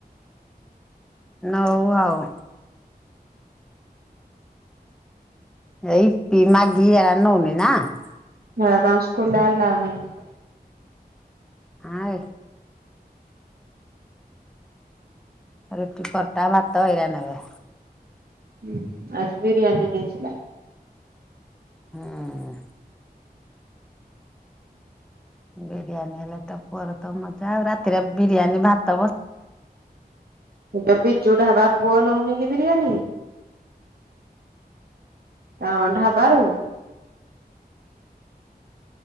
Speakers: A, in the centre; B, on the right.
A: ନଉ ଆଉ। ଏଇ ହେରା ନଉନି ନା <unintelligible>
B: ହେରା ତାଙ୍କ ସ୍କୁଲରେ ଆଲାୱ ନାଇଁ।
A: ଆଇ। ରୁଟି, ପରଟା, ଭାତ ଏଇରା ନେବେ।
B: ହୁଁ ଆଜି ବିରିୟାନି ନେଇଥିଲା।
A: ହଁ। ବିରିୟାନୀ ହେଲେ ତ ପୁଅର ତ ମଜା ଆଉ। ରାତିରେ ବିରିୟାନୀ ଭାତ ବସି
B: ସେ ଯୋଉ ବିଜୁ ଢାବା ପୁଅ ନଉନି କି ବିରିୟାନୀ। ତାଙ୍କ ଢ଼ାବାରୁ।